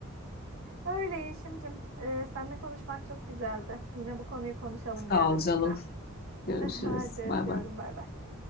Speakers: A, on the right; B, on the left.
A: Öyle Yeşim'cim. Ee, seninle konuşmak çok güzeldi. Yine bu konuyu konuşalım
B: Sağ
A: bir ara
B: ol
A: tekrar.
B: canım.
A: <laughs>
B: Görüşürüz.
A: Hadi öpüyorum.
B: Bay bay.
A: Bay bay.